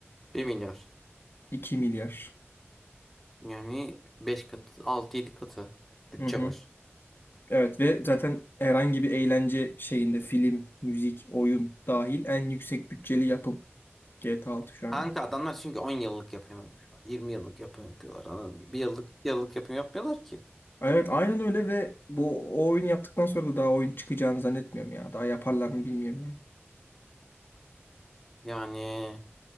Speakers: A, in the centre; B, on the left.
A: 1 milyar.
B: 2 milyar.
A: Yani 5 katı, altı yedi katı bütçe
B: Hı hı.
A: var.
B: Evet ve zaten herhangi bir eğlence şeyinde film, müzik, oyun dahil en yüksek bütçeli yapım GTA 6 şu an.
A: Kanka adamlar çünkü 10 yıllık yapım yapıyorlar. 20 yıllık yapım yapıyorlar. Anladın mı? Bir yıllık, bir yıllık yapım yapmıyorlar ki.
B: Evet aynen öyle ve bu o oyunu yaptıktan sonra da daha oyun çıkacağını zannetmiyorum ya. Daha yaparlar mı bilmiyorum ya.
A: Yani